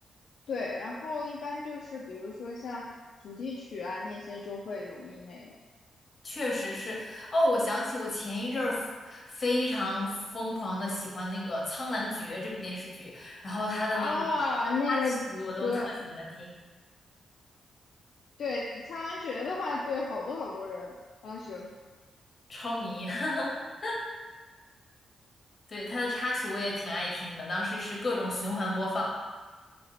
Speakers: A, on the left (about 70°); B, on the left (about 45°).
A: 对，然后一般就是比如说像主题曲啊那些就会容易那个
B: 确实是。哦，我想起我前一阵儿非常疯狂的喜欢那个《苍兰诀》这部电视剧，然后它的那个插曲我都特喜欢听，
A: 啊那个歌，对《苍兰诀》的话，对好多好多人当时，
B: 超迷。<laughs> 对，他的插曲我也挺爱听的，当时是各种循环播放。